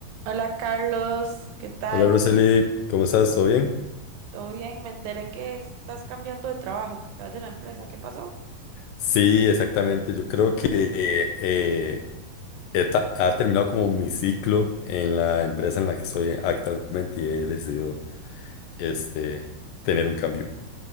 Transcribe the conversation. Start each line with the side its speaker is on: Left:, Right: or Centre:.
Right: Hola Carlos, ¿qué tal?
Left: Hola Roseli, ¿cómo estás? ¿Todo bien?
Right: ¿Todo bien? Me enteré que estás cambiando de trabajo, que te vas de la empresa. ¿Qué pasó?
Left: Sí, exactamente. Yo creo que eh, he ta- ha terminado como mi ciclo en la empresa en la que estoy actualmente y he decidido este, tener un cambio.